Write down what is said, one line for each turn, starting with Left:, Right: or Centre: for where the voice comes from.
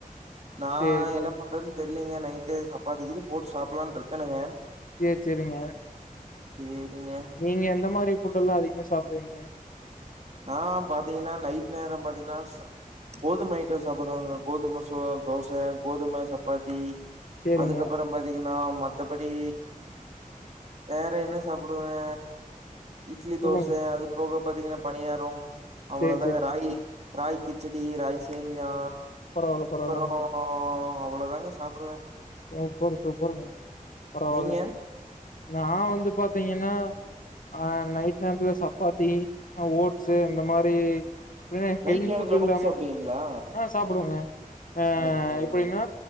Right: நா
Left: சேரி
Right: என்ன
Left: சேரி
Right: பண்றதுன் தெர்லேங்க நைட்டு சப்பாத்தி கீத்தி போட்டு சாப்பிடலான்டு இருக்கேணுங்க
Left: சேர் செரிங்க
Right: சேரிங்க
Left: நீங்க எந்த மாரி ஃபுட் எல்லா அதிகமா சாப்பிடுவீங்க
Right: நா பாத்தீங்கன்னா நைட் நேரோ பாத்தீங்கன்னா சா கோதும ஐட்டோ சாப்பிடுவாங்க கோதும சோ தோச கோதும சப்பாத்தி
Left: சேரிங்க
Right: அதுக்கப்பறம் பாத்தீங்கன்னா மத்தபடி வேற என்ன சாப்பிடுவே இட்லி
Left: சொல்லுங்க
Right: தோச அது போக பாத்தீங்கன்னா பணியாரோ அவ்ளதாங்க
Left: சேரி சேரி
Right: ராகி ராகி கிச்சடி ராகி சேமியா
Left: பரவால்ல பரவால்லங்க
Right: அப்றோ அவ்ளதாங்க சாப்டுவ
Left: சூப்பர் சூப்பர்ங்க பரவாலைங்க
Right: நீங்க
Left: நா வந்து பாத்தீங்கன்னா ஆ நைட் நேரத்தில சப்பாத்தி அ ஓட்ஸ்ஸு அந்த மாரி எப்டின்னா ஹெவி
Right: நைட் நேரத்துல
Left: ஃபுட் இல்லாம
Right: போட்டு சாப்புடுவீங்களா
Left: ஆ சாப்பிடுவேங்க ஆ
Right: நல்லது நல்லதுங்க
Left: எப்டின்னா